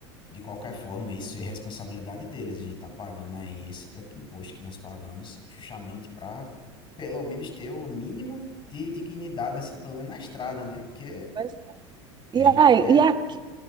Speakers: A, on the left (about 35°); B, on the right (about 30°).
A: De qualquer forma, isso é responsabilidade deles. A gente está pagando aí esse tanto de imposto que nós pagamos, justamente para pelo menos ter o mínimo de dignidade, assim, pelo menos na estrada, né? Porque
B: Pois é.
A: a
B: E
A: gente
B: aí,
A: quer.
B: e aqui